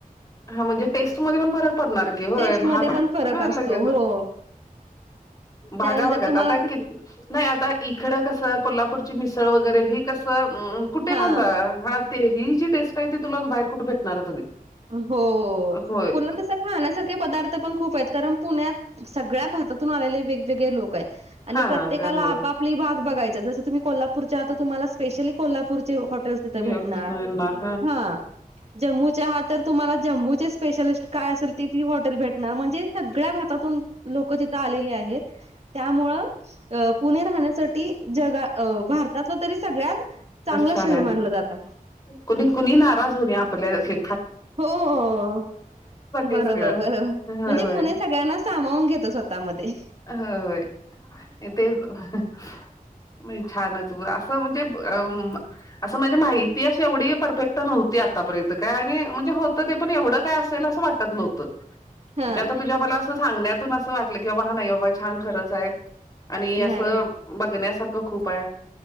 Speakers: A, on the left; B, on the right.
A: हा म्हणजे टेस्ट मध्ये पण फरक पडणार की होय
B: टेस्ट
A: भाग
B: मध्ये पण फरक
A: हा
B: असतो
A: लगेच
B: हो
A: भागा
B: त्यानंतर
A: वागत
B: तुम्हाला
A: आता
B: ती
A: कि नाही आता इकडं कसं कोल्हापूरची मिसळ वगैरे ही कसं उ कुठे
B: हा
A: पण जाया हा ते ही जी टेस्ट आहे ती तुला बाहेर कुठे भेटणारत नाही.
B: हो
A: होय
B: पूणा तसं खाण्यासारखे पदार्थ पण खूप आहेत. कारण पुण्यात सगळ्या भारतातून आलेले वेगवेगळे लोकं आहेत आणि
A: हा
B: प्रत्येकाला
A: हा त्यामुळं
B: आपाआप आपली ही भाग बघयचा जसं तुम्ही कोल्हापूरच्या आता तुम्हाला स्पेशली कोल्हा पूरचे हॉटेल तिथं
A: मी
B: भेटणार
A: येणार
B: हा जम्मूचे आहात तर तुम्हाला जम्मूचे स्पेशलिस्ट काय असेल ती ती हॉटेल भेटणार म्हणजे सगळ्या भारतातून लोकं तिथं आलेले आहेत त्यामुळं अ पुणे राहण्यासाठी जगा अ भारतातलं तरी सगळ्यात चांगलं
A: छान
B: शहर
A: आहे
B: मानलं जातं.
A: कुणी कुणी नाराज होऊन ही आपल्या हे
B: हो हो बरोबर
A: आहे सगळं
B: बरोबर
A: होय
B: म्हणजे पुणे सगळ्यांना सामावून घेत स्व तामध्ये
A: अ होय हे तेच मीय छानच व असं म्हणजे अम असं म्हणजे माहित ती अशी एवढी परफेक्ट नव्हती आतापर्यंत काय आणि म्हणजे होतं ते पण एवढं काय असेल असं वाटत नव्हतं.
B: हां.
A: म्हणजे आता तुझ्या बला असं सांगण्यातून असं वाटलं की बाबा हा नाही बाबा छान खरंच आहे. आणि असं
B: नाही
A: बघण्यासारखं खूप आहे.